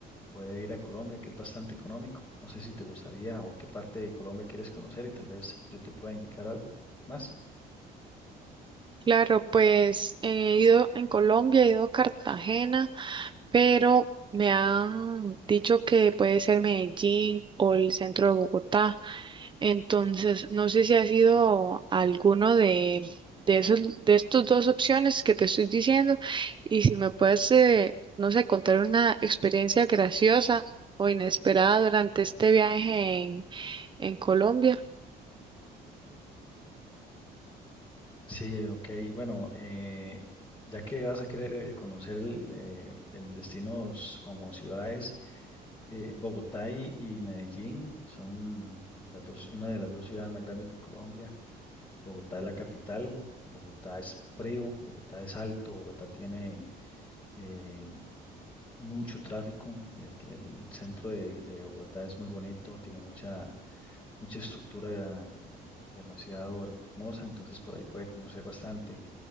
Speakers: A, on the left; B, on the right.
A: puede ir a Colombia, que es bastante económico. No sé si te gustaría o qué parte de Colombia quieres conocer y tal vez yo te pueda indicar algo más.
B: Claro, pues he ido en Colombia, he ido a Cartagena, pero me han dicho que puede ser Medellín o el centro de Bogotá. Entonces, no sé si ha sido alguno de, de esos, de estos dos opciones que te estoy diciendo y si me puedes, eh, no sé, contar una experiencia graciosa o inesperada durante este viaje en, en Colombia.
A: Sí, ok. Bueno, eh, ya que vas a querer eh, conocer el, eh, el destinos como ciudades, eh, Bogotá y, y Medellín son las dos, una de las dos ciudades más grandes de Colombia. Bogotá es la capital, Bogotá es frío, Bogotá es alto, Bogotá tiene eh, mucho tráfico. El, el centro de, de Bogotá es muy bonito, tiene mucha, mucha estructura eh, demasiado hermosa, entonces por ahí puede conocer bastante.